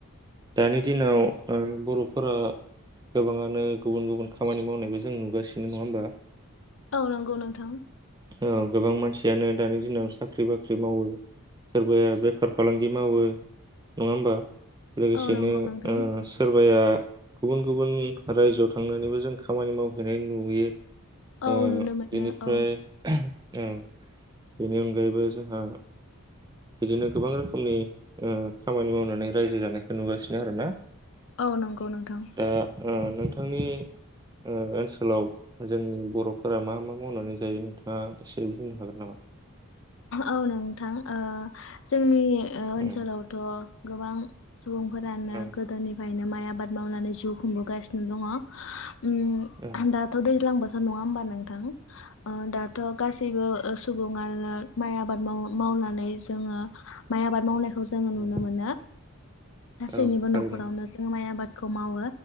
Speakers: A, on the right; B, on the left.
A: दानि दिनाव आरो बर'फोरा गोबाङानो गुबुन गुबुन खामानि मावनायबो जों नुगासिनो नङा होमबा।
B: औ नंगौ नोंथां।
A: औ <unintelligible> दानि दिनाव साख्रि- बाख्रि मावो सोरबाया बेफार- फालांगि मावो नङा होमबा। लोगोसेनो
B: औ नंगौ नोंथां
A: ओ सोरबाया गुबुन- गुबुन रायजोआव थांनानैबो जों खामानि मावहैनायनि नुयो ओ
B: औ नुनो मोनो
A: बेनिफ्राय
B: औ
A: औ। बेनि अनगायैबो जोंहा, बिदिनो गोबां रोखोमनि खामानि ओ मावनानै रायजो जानायखौ नुगासिनो आरोना।
B: औ नंगौ नोंथां।
A: दा ओ नोंथांनि ओ ओनसोलाव, जोंनि बर'फोरा मा मा मावनानै जायो नोंथाङा एसे बुंनो हागोन नामा?
B: औ नोंथां ओ जोंनि औ ओनसोलावथ'
A: उम
B: गोबां सुबुंफोरानो
A: औ
B: गोदोनिफाय बिनो माइ आबाद मावनानै जिउ खुंबोगासिनो दङ। उ
A: औ
B: दाथ' दैज्लां बोथोर नङा होमबा नोंथां दाथ' गासैबो सुबुङानो माइ आबाद माव-मावनानै जोङो माइ आबाद मावनायखौ जोङो नुनो
A: उम
B: मोनो, गासैनिबो
A: औ थारैनो
B: न'खरावनो जोङो माइ आबादखौ मावो।